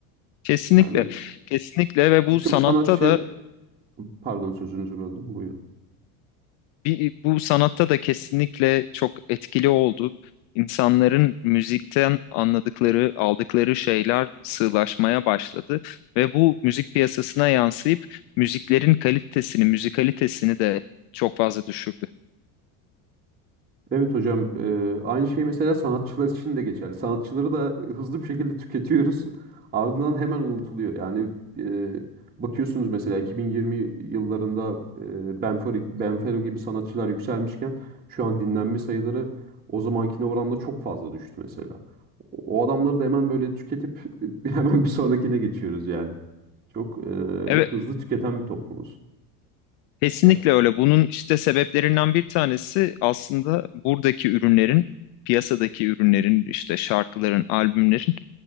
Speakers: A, on the left; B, on the right.
A: Kesinlikle,
B: Yani
A: kesinlikle ve bu
B: birçok
A: sanatta
B: sanatçı,
A: da
B: pardon sözünüzü böldüm. Buyurun.
A: Bir, bu sanatta da kesinlikle çok etkili oldu. İnsanların müzikten anladıkları, aldıkları şeyler sığlaşmaya başladı ve bu müzik piyasasına yansıyıp müziklerin kalitesini, müzikalitesini de çok fazla düşürdü.
B: Evet hocam, eee, aynı şey mesela sanatçılar için de geçerli. Sanatçıları da hızlı bir şekilde tüketiyoruz. Ardından hemen unutuluyor. Yani eee, bakıyorsunuz mesela 2020 yıllarında eee Benfero, Benfero gibi sanatçılar yükselmişken şu an dinlenme sayıları o zamankine oranla çok fazla düştü mesela. O o adamları da hemen böyle tüketip <laughs> hemen bir sonrakine geçiyoruz yani. Çok eee,
A: Evet,
B: hızlı tüketen bir toplumuz.
A: kesinlikle
B: yani.
A: öyle. Bunun işte sebeplerinden bir tanesi aslında buradaki ürünlerin, piyasadaki ürünlerin, işte şarkıların, albümlerin